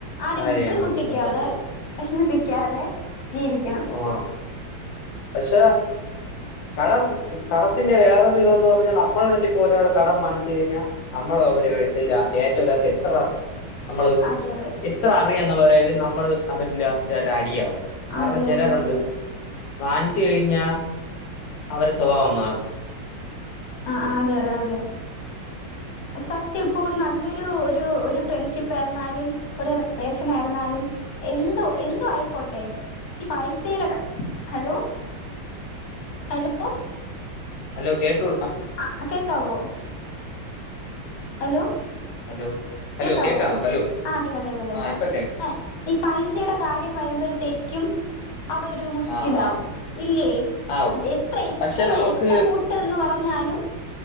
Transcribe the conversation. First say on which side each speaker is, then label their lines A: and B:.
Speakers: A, on the left (about 55°); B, on the left (about 75°).
A: ആരെ
B: കാര്യാണ്
A: ബുദ്ധിമുട്ടിക്കാതെ
B: ഉം, സത്യം
A: വെഷമി ക്കാതെ ജീവിക്കണം
B: ഓണം പക്ഷെ കടം കടത്തിന്റെ വേറെരു വിധംന്ന് പറഞ്ഞൽ നമ്മളടുത്തപ്പോ ഒരാൾ കടം വാങ്ങിച്ച് കഴിഞ്ഞാൽ നമ്മൾ അവരട്ടില്ല ഏറ്റവുംല എത്ര നമ്മള്
A: അതെ അതെ
B: എത്ര അറിയാന്ന് പറയാലും നമ്മള് അവരിൽ അത്തടെ അടിയാവും
A: അതെ
B: ജനരുണ്ട്
A: അതെ അതെ
B: വാങ്ങിച്ചു കഴിഞ്ഞാ അവര് സ്വഭാവ മാറ്
A: ആ അതെ അതെ അതെ സത്യം ഇപ്പോ ഒരു നല്ലൊരു ഫ്രണ്ട്ഷിപ്പ് ആയിരുന്നാലും ഒരു റിലേഷൻ ആയിരുന്നാലും എന്തോ എന്തോ ആയിക്കോട്ടെ ഈ പൈസര ഹലോ ഹലോ
B: ഹലോ കേട്ടൂ
A: ആ ഇപ്പ കേക്കാവോ ഹലോ
B: ഹലോ ഹലോ
A: കേക്കാവോ
B: കേക്കാം ഹലോ
A: ആഹ് കേക്കാം കേക്കാം കേക്കാം
B: ആ ഇപ്പൊ
A: ഏ ഈ പൈസയുടെ കാര്യം വരുമ്പഴ്ത്തേക്ക് ക്കും അവിടെ ഒരു മുഷിച്ചില്ലാവും
B: ആ ആ
A: ഇല്ലേ
B: ആ
A: എത്ര എത്ര
B: പക്ഷെ നമുക്ക്
A: എത്ര കൂട്ടന്ന് പറ ഞ്ഞാലും